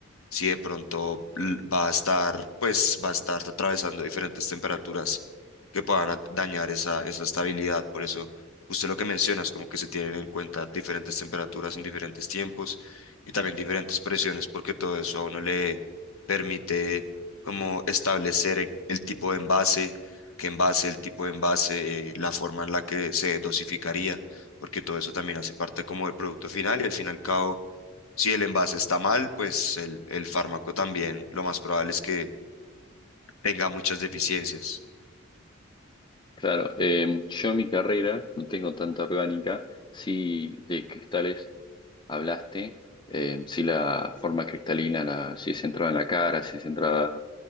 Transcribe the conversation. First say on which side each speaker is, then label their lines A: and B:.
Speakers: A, on the left; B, on the left.
A: si de pronto l- va a estar, pues va a estar atravesando diferentes temperaturas que puedan a- dañar esa, esa estabilidad. Por eso, usted lo que mencionas, como que se tienen en cuenta diferentes temperaturas en diferentes tiempos y también diferentes presiones, porque todo eso a uno le permite como establecer el, el tipo de envase, qué envase, el tipo de envase, eh, la forma en la que se dosificaría, porque todo eso también hace parte como del producto final y al fin y al cabo si el envase está mal, pues el, el fármaco también lo más probable es que tenga muchas deficiencias.
B: Claro, eh, yo en mi carrera no tengo tanta orgánica, sí de cristales hablaste, eh, si la forma cristalina, la, si es centrada en la cara, si es centrada